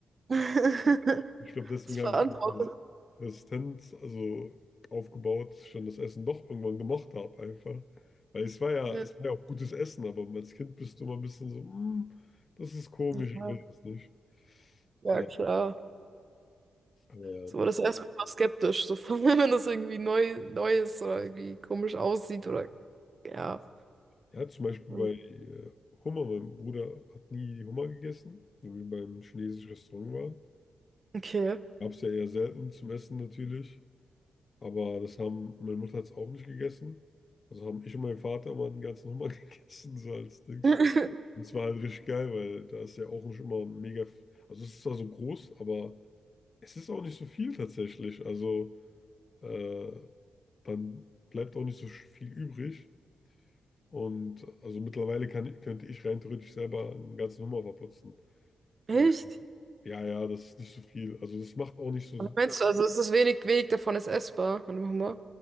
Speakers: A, on the right; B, on the left.
A: <laughs>
B: Ich glaube, deswegen
A: Das verantwortet.
B: habe ich diese Resistenz also aufgebaut, dass ich dann das Essen doch irgendwann gemocht habe einfach. Weil es war ja,
A: Ja,
B: es war ja auch gutes Essen, aber als Kind bist du immer ein bisschen so, "Mm, das ist komisch,
A: ja,
B: ich will es nicht.
A: ja,
B: Äh,
A: klar.
B: aber ja.
A: So war das erstmal skeptisch, so vor allem, <laughs> wenn das irgendwie neu, neu ist oder irgendwie komisch aussieht oder ja.
B: Ja, zum Beispiel
A: hm,
B: bei äh, Hummer. Mein Bruder hat nie Hummer gegessen, wenn wir beim chinesischen Restaurant waren.
A: Okay.
B: Gab es ja eher selten zum Essen natürlich. Aber das haben, meine Mutter hat es auch nicht gegessen. Also haben ich und mein Vater mal den ganzen Hummer <laughs> gegessen, so als Dings.
A: <laughs>
B: Und es war halt richtig geil, weil da ist ja auch nicht immer mega. f- Also es ist zwar so groß, aber es ist auch nicht so viel tatsächlich. Also äh, dann bleibt auch nicht so sch- viel übrig. Und also mittlerweile kann, könnte ich rein theoretisch selber einen ganzen Hummer verputzen. Also,
A: Echt?
B: ja, ja, das ist nicht so viel. Also das macht auch nicht so.
A: Aber meinst du, also es ist wenig, wenig davon ist essbar. Warte mal.